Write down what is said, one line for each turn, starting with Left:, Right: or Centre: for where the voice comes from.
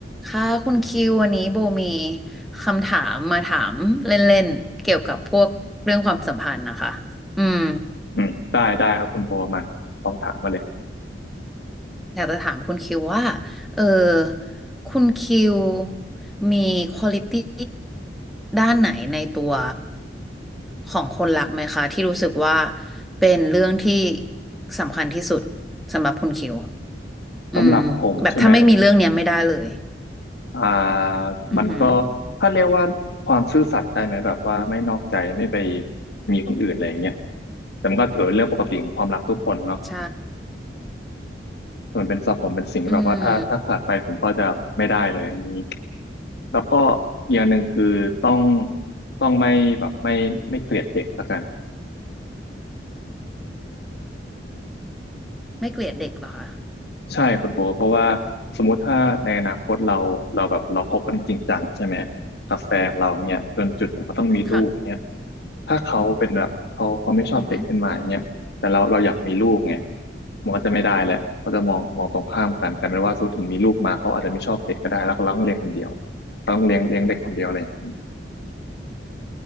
Centre: ค่ะคุณคิววันนี้โบมีคำถามมาถามเล่นๆเกี่ยวกับพวกเรื่องความสัมพันธ์นะคะอืม
Left: อืมได้ได้ครับคุณโบมาลองถามมาเลย
Centre: อยากจะถามคุณคิวว่าเออคุณคิวมีควอลิตี้ด้านไหนในตัวของคนรักไหมคะที่รู้สึกว่าเป็นเรื่องที่สำคัญที่สุดสำหรับคุณคิวอืมแบบถ้าไม่มีเรื่องเนี้ยไม่ได้เลย
Left: สำหรับผมใช่ไหมอ่า
Centre: อือหือ
Left: มันก็ถ้าเรียกว่าความซื่อสัตย์ได้ไหมแบบว่าไม่นอกใจไม่ไปมีคนอื่นอะไรอย่างเงี้ยแต่มันก็ถือเป็นเรื่องปกติของความรักทุกคนเนาะ
Centre: ใช่
Left: มันเป็นสับผมเป็นสิ่งที่แบบว่าถ้าถ้าขาดไปผมก็จะไม่ได้เลยอันนี้
Centre: อืม
Left: แล้วก็อีกอย่างหนึ่งคือต้องต้องไม่แบบไม่ไม่เกลียดเด็กละกัน
Centre: ไม่เกลียดเด็กเหรอคะ
Left: ใช่คุณโบเพราะว่าสมมุติถ้าในอนาคตเราเราแบบเราคบกันจริงจังใช่ไหมกับแฟนเราเนี่ยจนจุดหนึ่งก็ต้องมีลูกเนี่ย
Centre: ค่ะ
Left: ถ้าเขาเป็นแบบเขาเขาไม่ชอบเด็กขึ้นมาอย่างเงี้ยแต่เราเราอยากมีลูกไง
Centre: อือฮึ
Left: มันก็จะไม่ได้แหละเขาจะมองมองตรงข้ามกันกลายเป็นว่าสมมติถึงมีลูกมาเขาอาจจะไม่ชอบเด็กก็ได้แล้วก็เราต้องเลี้ยงคนเดียวเราต้องเลี้ยงเลี้ยงเด็กคนเดียวอะไรอย่างเงี้ย